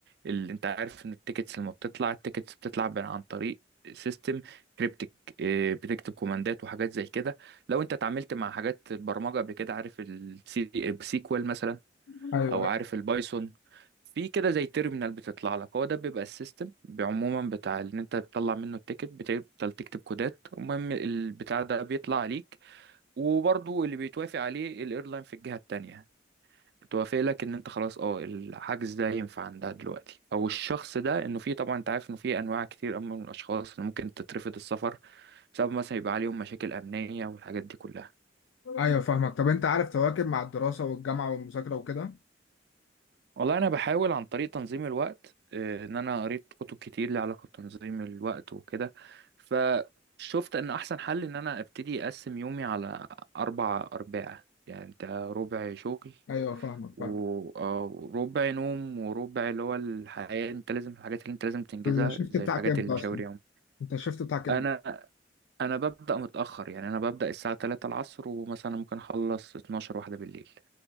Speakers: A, on the right; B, on the left.
A: اللي انت عارف ان التيكتس لما بتطلع التيكتس بتطلع بن- عن طريق سيستم كريبتك بتكتب كوماندات وحاجات زي كده لو انت اتعاملت مع حاجات البرمجه قبل كده عارف السيكوال مثلا
B: ايوه
A: او
B: ايوه
A: عارف البايثون في كده زي تيرمينال بتطلع لك هو ده بيبقى السيستم عموما بتاع ان انت بتطلع منه التيكت بتفضل تكتب كودات المهم البتاع ده بيطلع عليك وبرضو اللي بيتوافق عليه الايرلاين في الجهة التانية بتوافق لك ان انت خلاص اه الحجز ده ينفع عندها دلوقتي او الشخص ده انه في طبعا انت عارف انه في انواع كتير أما من الاشخاص اللي ممكن تترفض السفر بسبب مثلا يبقى عليهم مشاكل امنية والحاجات دي كلها
B: ايوه فاهمك طب انت عارف تواكب مع الدراسه والجامعه والمذاكره وكده
A: والله انا بحاول عن طريق تنظيم الوقت آه، ان انا قريت كتب كتير ليها علاقه بتنظيم الوقت وكده فشفت ان احسن حل ان انا ابتدي اقسم يومي على اربع ارباع يعني انت ربع شغل
B: ايوه فاهمك
A: و-
B: فاهمك
A: آه، وربع نوم وربع اللي هو الحياه انت لازم الحاجات اللي انت لازم تنجزها
B: الشيفت
A: زي
B: بتاعك
A: الحاجات
B: امتى
A: اللي مشاوير
B: اصلا
A: يوم
B: انت الشيفت بتاعك امتى
A: انا انا ببدا متاخر يعني انا ببدا الساعه 3 العصر ومثلا ممكن اخلص 12 واحده بالليل